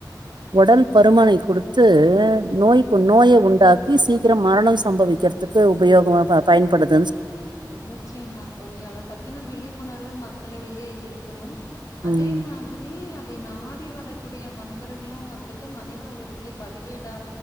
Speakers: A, on the right; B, on the left.
A: உடல் பருமனை குடுத்து நோய்க்கு நோய
B: ம்
A: உண்டாக்கி சீக்கிரம் மரணம் சம்பவிக்கிறதுக்கு உபயோகமா ப பயன்படுத்த
B: நிச்சியமா தோழி அத பாத்தின விழிப்புணர்வு மக் க்களடேயே இருக்கணும் அதே
A: ம்
B: மாதிரி நாடி வரக்கூடிய மனிதர்களு வந்துட்டு மனித உயிர்களை பலிகேடா